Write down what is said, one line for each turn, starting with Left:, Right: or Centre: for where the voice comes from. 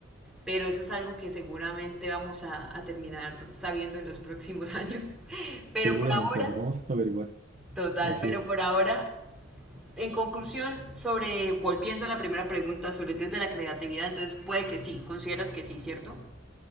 Centre: Pero eso es algo que seguramente vamos a, a terminar sabiendo en los próximos años. <laughs> Pero
Right: Seguramente
Centre: por ahora,
Right: lo vamos a averiguar.
Centre: total,
Right: Así
Centre: pero
Right: es.
Centre: por ahora en conclusión, sobre volviendo a la primera pregunta sobre el Dios de la creatividad, entonces puede que sí, consideras que sí, ¿cierto?